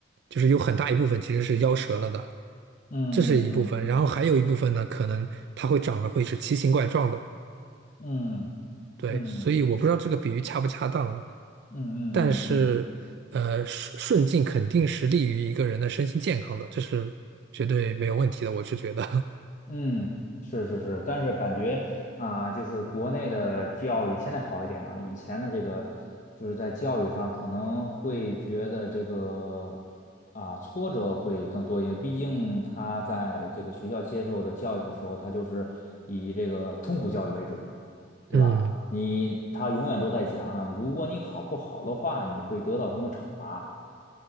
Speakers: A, on the right; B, on the left.
A: 就是有很大一部分其实是夭折了的，
B: 嗯嗯
A: 这是一部分。然后还有一部分呢，可能它会长得会是奇形怪状的。
B: 嗯
A: 对，
B: 嗯嗯嗯
A: 所以我不知道这个比喻恰不恰当了，
B: 嗯嗯嗯嗯。
A: 但是呃，顺顺境肯定是利于一个人的身心健康的，这是绝对没有问题的，我是觉得，
B: 嗯，是是是，但是感觉啊、就是国内的教育现在好一点啊，以前的这个就是在教育上可能会觉得这个啊、挫折会更多一点，毕竟他在这个学校接受的教育的时候，他就是以这个痛苦教育为主嘛，对吧？
A: <laughs> 嗯。
B: 你他永远都在讲，如果你考不好的话，你会得到什么惩罚，